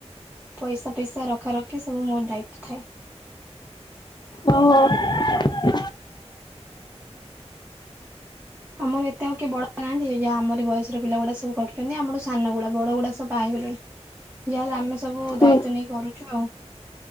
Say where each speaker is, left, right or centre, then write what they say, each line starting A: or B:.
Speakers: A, on the right; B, on the left.
A: ପଇସା, ପଇସା ରଖା ରଖି ସବୁ ମୋର ଦାୟିତ୍ୟ ଥାଏ।
B: ଓ ହୋ।
A: ଆମର ଏତେ ଆଉ କିଏ ବଡ ନାହାନ୍ତି ଯାହା ଆମର ବୟସର ପିଲା ଗୁଡା ସବୁ କରୁଛନ୍ତି। ଆମର ସାନ ଗୁଡା ବଡ ଗୁଡା ସବୁ ବାହା ହୋଇଗଲେଣି। ଯାହାହେଲେ ଆମେ ସବୁ
B: ହୁଁ
A: ଦାୟିତ୍ୱ ନେଇ କରୁଛୁ ଆଉ।